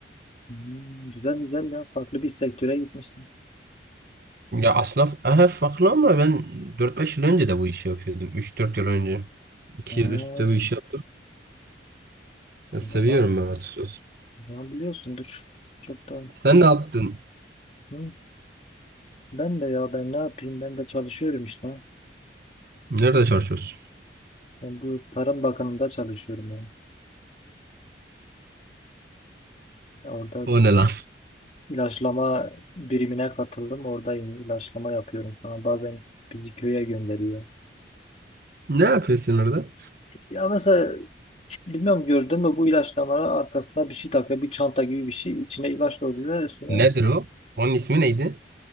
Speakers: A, on the left; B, on the right.
A: Hmm, güzel güzel ya farklı bir sektöre gitmişsin.
B: Ya aslında f- aha, farklı ama ben dört beş yıl önce de bu işi yapıyordum. üç dört yıl önce. iki
A: Ha,
B: yıl üstte bu işi yaptım. Ya
A: o
B: seviyorum
A: zaman, o
B: ben açıkçası.
A: zaman biliyorsundur. Çok da.
B: Sen ne yaptın?
A: Hı. Ben de ya ben ne yapayım ben de çalışıyorum işte.
B: Nerede çalışıyorsun?
A: Ben bu Tarım Bakanı'nda çalışıyorum yani. Ya Orada
B: O ne lan? <laughs>
A: ilaçlama birimine katıldım. Oradayım. ilaçlama yapıyorum falan. Bazen bizi köye gönderiyor.
B: Ne yapıyorsun orada?
A: Ya mesela bilmiyorum gördün mü bu ilaçlamanın arkasına bir şey takıyor. Bir çanta gibi bir şey. İçine ilaç doluyorlar üstüne.
B: Nedir o? Onun ismi neydi?